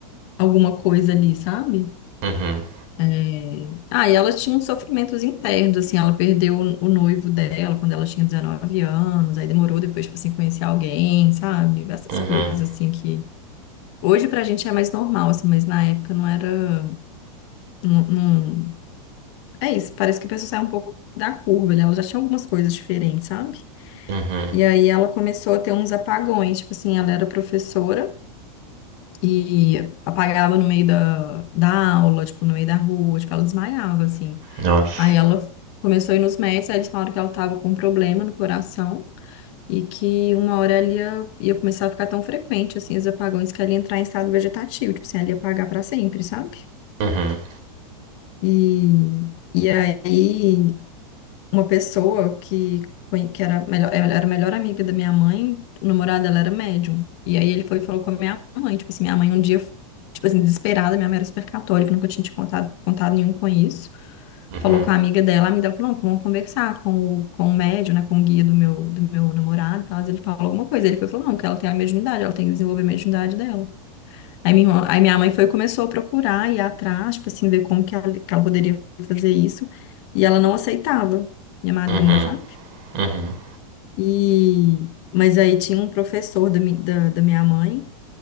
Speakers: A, on the left; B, on the right.
A: alguma coisa ali, sabe?
B: uhum,
A: É. Ah, e ela tinha uns sofrimentos internos, assim, ela perdeu o o noivo dela quando ela tinha 19 anos, aí demorou depois, tipo assim, conhecer alguém, sabe? Essas
B: uhum,
A: coisas, assim, que hoje pra gente é mais normal, assim, mas na época não era, não, não- É isso, parece que a pessoa sai um pouco da curva, né? Ela já tinha algumas coisas diferentes, sabe?
B: uhum.
A: E aí ela começou a ter uns apagões, tipo assim, ela era professora e apagava no meio da, da aula, tipo, no meio da rua, tipo, ela desmaiava, assim.
B: Nossa.
A: Aí ela começou a ir nos médicos, aí eles falaram que ela tava com um problema no coração e que uma hora ela ia, ia começar a ficar tão frequente, assim, os apagões, que ela ia entrar em estado vegetativo, tipo assim, ela ia apagar pra sempre, sabe?
B: Uhum,
A: E, e aí uma pessoa que, conhe- que era, melhor, ela era a melhor amiga da minha mãe, o namorado dela era médium. E aí ele foi e falou com a minha mãe, tipo assim, minha mãe um dia, tipo assim, desesperada, minha mãe era super católica, nunca tinha te contado, contado nenhum com isso.
B: uhum,
A: Falou com a amiga dela, a amiga dela falou, não, vamos conversar com o, com o médium, né, com o guia do meu, do meu namorado, e tal. Mas Ele falou alguma coisa, ele foi e falou, não, que ela tem a mediunidade, ela tem que desenvolver a mediunidade dela. Aí minha irmã- aí minha mãe foi e começou a procurar, ir atrás, tipo assim, ver como que ela, que ela poderia fazer isso. E ela não aceitava, minha madrinha,
B: uhum,
A: sabe?
B: uhum,
A: E, mas aí tinha um professor da, mi- da, da minha mãe